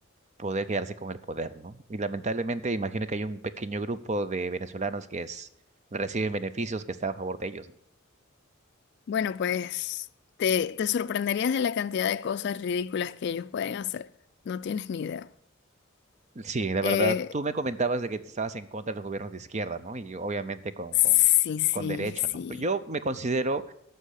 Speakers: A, on the right; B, on the left.
A: poder quedarse con el poder, ¿no? Y lamentablemente imagino que hay un pequeño grupo de venezolanos que es- reciben beneficios que están a favor de ellos, ¿no?
B: Bueno, pues te, te sorprenderías de la cantidad de cosas ridículas que ellos pueden hacer. No tienes ni idea.
A: Sí, la
B: Eh,
A: verdad, tú me comentabas de que te estabas en contra de los gobiernos de izquierda, ¿no? Y obviamente con,
B: sí,
A: con,
B: sí,
A: con derecho,
B: sí.
A: ¿no? Yo me considero